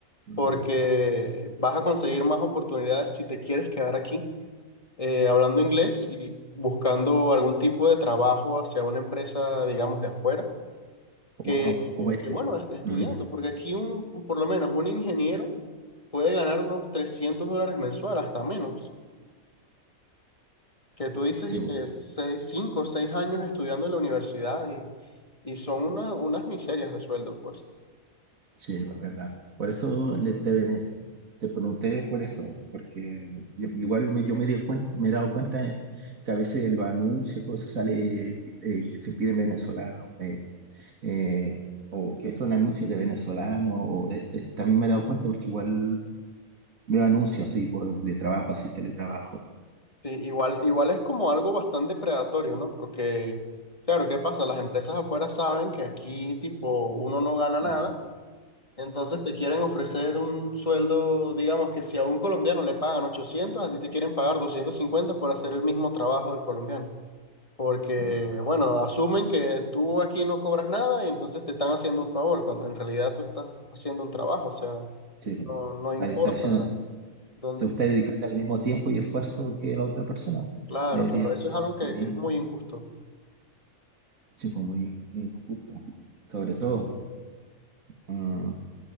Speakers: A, on the right; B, on the left.
A: Mm,
B: porque
A: sí.
B: vas a conseguir más oportunidades si te quieres quedar aquí eh, hablando inglés y buscando algún tipo de trabajo hacia una empresa, digamos, de afuera
A: Como,
B: que,
A: o- como este.
B: que, bueno, est- estudiando,
A: Mm,
B: porque aquí un, por lo menos un ingeniero puede ganar unos 300 dólares mensual, hasta menos, que tú dices
A: sí,
B: y
A: bo,
B: que seis cinco o 6 años estudiando en la universidad y, y son una- unas miserias de sueldo, pues.
A: sí, es verdad. Por eso le, te, te pregunté por eso, porque yo- igual me, yo me di cuenta, me he dado cuenta que a veces el anuncio todo eso sale, eh, se piden venezolanos, eh, eh, o que son anuncios de venezolanos, o este, también me he dado cuenta porque igual veo anuncios así por de trabajo, así teletrabajo.
B: Sí, igual, igual es como algo bastante predatorio, ¿no? Porque, claro, ¿qué pasa? Las empresas afuera saben que aquí, tipo, uno no gana nada
A: Mm,
B: Entonces te quieren ofrecer un sueldo, digamos que si a un colombiano le pagan 800, a ti te quieren pagar 250 por hacer el mismo trabajo del colombiano. Porque,
A: mm,
B: bueno, asumen que tú aquí no cobras nada y entonces te están haciendo un favor, cuando en realidad tú estás haciendo un trabajo, o sea,
A: Sí,
B: no,
A: pues.
B: no importa
A: Ahí está diciendo,
B: dónde.
A: te gusta dedicarte al mismo tiempo y esfuerzo que la otra persona, pues.
B: Claro,
A: Debería
B: claro, eso
A: ser
B: es algo que,
A: lo mismo.
B: que es muy injusto.
A: Sí, pues muy injusto. Sobre todo. mm,